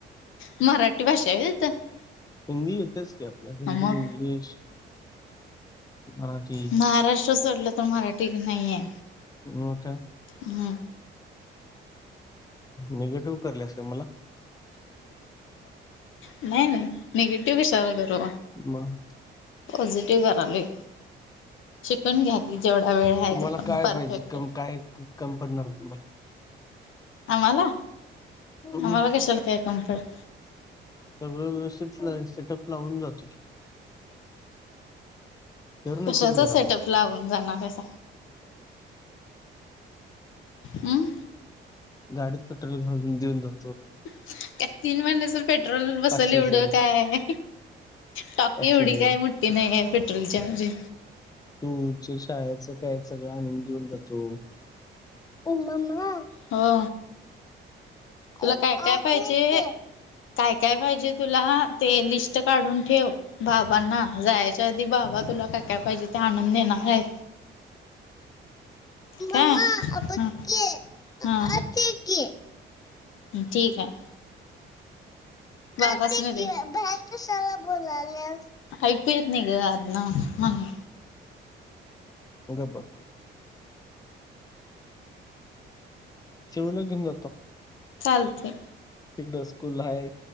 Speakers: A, on the left; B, on the left.
A: मराठी भाषा आहे व्हय तिथं
B: हिंदी येतेच काय आपला हिंदी
A: मग
B: इंग्लिश. मराठी
A: महाराष्ट्र सोडलं तर मराठी नाहीये.
B: हो का.
A: हम्म.
B: निगेटिव्ह करलेस का मला.
A: नाही नाही निगेटिव्ह कशाला करू.
B: मग.
A: पॉझिटिव करालोय. पण घ्या जेवढा वेळ आहे
B: तुम्हाला
A: तो पण
B: काय
A: परफेक्ट
B: पाहिजे कम
A: आहे.
B: काय? कमी पडणार तुम्हाला.
A: आम्हाला
B: हम्म
A: आम्हाला कशाल काय कमी पडतं.
B: सगळं व्यवस्थित सेटअप लावून जातो की. फिरून
A: कशाचा
B: येतो की जरा
A: सेटअप लावून जाणार आहेस. हम
B: गाडीत पेट्रोल घालून देऊन जाउ.
A: त्यात तीन महिन्याच पेट्रोल बसल
B: पाचशेच
A: एवढं काय टॉकी
B: पाचशेच
A: एवढी काय मोठी नाही आहे पेट्रोलची आमची.
B: तूच शाळेचं काय सगळं आणून देऊन जातो. <unintelligible>
A: हो तुला
B: आ-
A: काय काय
B: आते
A: पाहिजे?
B: के
A: काय काय पाहिजे तुला ते लिस्ट काढून ठेव बाबांना जायच टा आधी बाबा तुला काय काय पाहिजे ते आणून देणार आहेत.
B: <unintelligible>
A: काय ह हा ठीक आहे. बाबांस
B: आते
A: नी
B: की
A: दे.
B: बाहेर कशाला बोलाल्यास <unintelligible>
A: ऐकू येत नाही ग आधन मधण
B: गब्ब <unintelligible> चिउला घेऊन जातो.
A: चालतय.
B: ते डोस्कुल हाय.